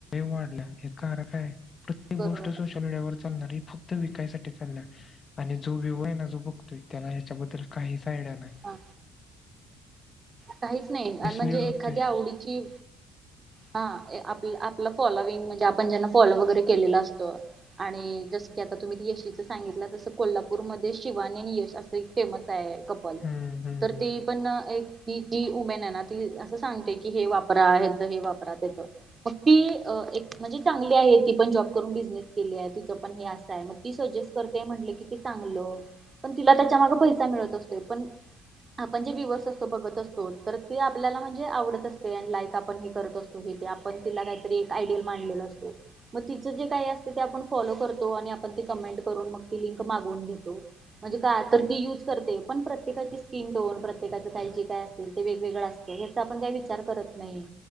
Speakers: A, on the left; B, on the right.
A: वाढल्या हे प्रत्येक
B: बरोबर
A: गोष्ट मीडीयावर
B: आहे.
A: चालणारी फक्त विकायसाटी चालल्या जो विवो आहे ना जो बघतोय त्याला ह्याच्याबद्दल काहीच आयडिया नाही
B: हा काहीच नाही
A: मिसलीड
B: म्हणजे
A: होतोय
B: एखाद्या आवडीची हा आप आपलं फॉलोविंग म्हणजे आपण ज्यांना फॉलो वगैरे केलेलो असतो आणि जस की आता तुम्ही यशीच सांगितला तसं कोल्हापूरमध्ये शिवानी आणि यश असं एक फेमस हाय कपल
A: हम्म हम्म
B: तर
A: हम्म
B: ती पण एक ती जी उमेन आहे ना ती असं सांगते की हे वापरा ह्याच हे वापर वापरात येत मग ती एक म्हणजे चांगली आहे ती पण जॉब करून बिझनेस केल्या तिचं पण हे अस आहे म ती सजेस्ट करते आहे म्हणलं की ते चांगलं पण तिला त्याच्या माग पैसा मिळत असतोय पण आपण जे व्हीवर्स असतो बघत असतो तर ते आपल्याला म्हणजे आवडत असते अँड लाईक आपण हे करत असतो हे ते आपण तिला काहीतरी एक आयडियल मानलेला असतो म तिचं जे काही असत ते आपण फॉलो करतो आणि आपण ते कमेंट करून मग ती लिंक मागवून घेतो म्हणजे का तर ती युज करते पण प्रत्येकाची स्किन टोन प्रत्येकाचं काही जे काय असेल ते वेगवेगळं असत हेचा आपण काय विचार करत नाही